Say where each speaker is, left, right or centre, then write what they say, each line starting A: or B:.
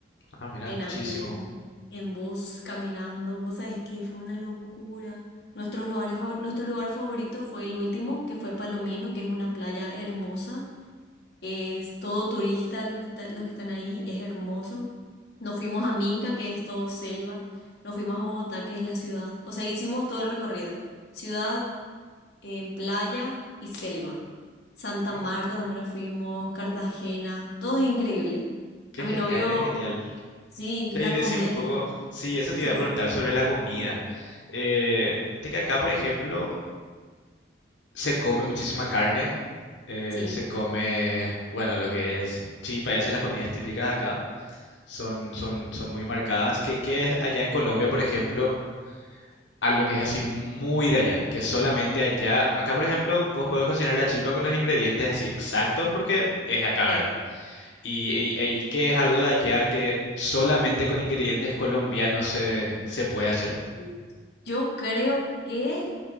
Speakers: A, on the left (about 85°); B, on the left (about 60°).
A: Ah, mira,
B: en
A: muchísimo.
B: avión, en bus, caminando. Vos sabés que fue una locura. Nuestros lugares, fa- nuestro lugar favorito fue el último, que fue Palomino, que es una playa hermosa. Es todo turista los que, ta- los que están ahí, es hermoso. Nos fuimos a Minca, que es todo selva. Nos fuimos a Bogotá, que es la ciudad. O sea, hicimos todo el recorrido. Ciudad, en playa y selva. Santa
A: Qué,
B: Marta también nos fuimos, Cartagena, todo es increíble.
A: qué
B: A
A: genial,
B: mi novio
A: qué genial.
B: Sí,
A: Sí,
B: la
A: y decime
B: comida
A: un poco. Sí, eso te
B: Sí,
A: iba a preguntar
B: sí,
A: sobre la comida. Eh, viste que acá, por ejemplo, se come muchísima carne, eh,
B: sí,
A: se come, bueno, lo que es chipa, esas las comidas típicas de acá, son, son, son muy marcadas, que, que es allá en Colombia, por ejemplo, algo que es así muy de allá, que solamente allá, acá por ejemplo, vos podés cocinar la chipa con los ingredientes así exactos porque es de acá,
B: sí,
A: ¿verdad? Y, y, y que es algo de allá que solamente con ingredientes colombianos se, se puede hacer.
B: sí. Yo creo que,